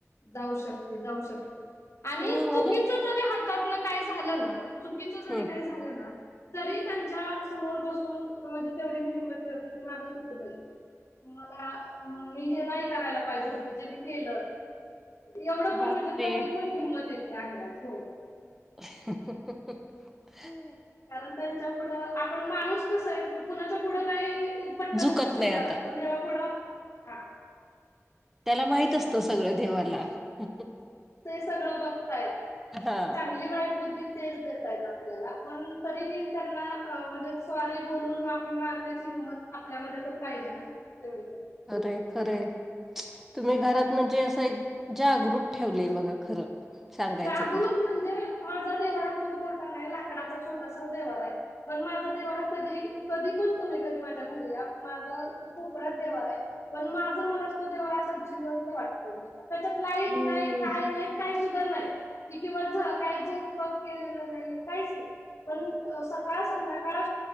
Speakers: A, on the left; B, in the centre.
A: जाऊ शकते जाऊ शकते आणि
B: हो
A: चुकीच जरी हातातन काय झालं ना चुकीच जरी
B: हम्म
A: काही झालं ना तरी त्यांच्या समोर बसून म्हणजे तेवढी मी हिंमत ठेवते की माझं चुकलंय. मला मी जे नाही करायला पाहिजे होतं ते मी केलं. एवढं पण
B: बापरे
A: म्हणजे तेवढी पण हिंमत येते अंगात हो.
B: <inaudible>
A: कारण त्यांच्या पुढं आपण माणूस कसं आहे कुणाच्या पुढं नाही पटकन
B: झुकत
A: चूक स्वीकारत
B: नाही आता
A: पण देवापुढं हां.
B: त्याला माहित असतं सगळं देवाला. <inaudible>
A: ते सगळं बघताहेत
B: हा
A: चांगली वाईट बुद्धी तेच देत आहेत आपल्याला पण तरीही त्यांना म्हणजे सॉरी बोलून माफी मागण्याची हिंमत आपल्यामध्ये पण पाहिजे ना तेवढी पण.
B: अरे खरं आहे तुम्ही घरात म्हणजे असं एक जागृत ठेवलेय बघा खरं. सांगायचं
A: जागृत
B: तर
A: म्हणजे माझा देव्हारा खूप मोठा नाही लाकडाचा छोटासाच देव्हारा आहे. पण माझा देव्हारा कधी, कधी पण तुम्ही कधी माझ्या घरी या माझं कोप-यात देव्हारा आहे. पण माझं मलाच, तो देव्हारा असा जिवंत वाटतो नुसता, त्याच्यात लाईट
B: हम्म
A: नाही, काय नाही, काही सु द नाही, किती दिवस झ, काही झगपक केलेलं नाही, काहीच नाही. पण सकाळ-संध्याकाळ